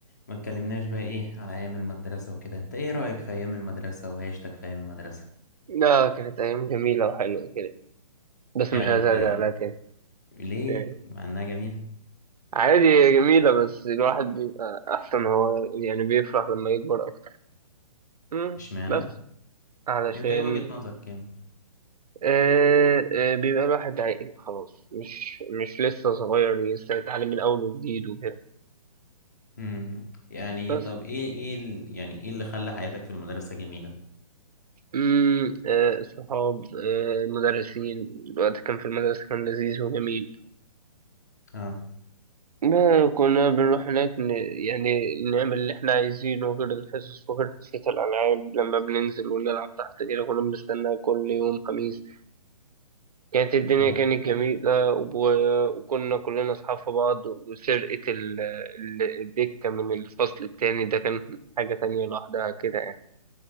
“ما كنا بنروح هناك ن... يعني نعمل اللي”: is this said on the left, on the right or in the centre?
Right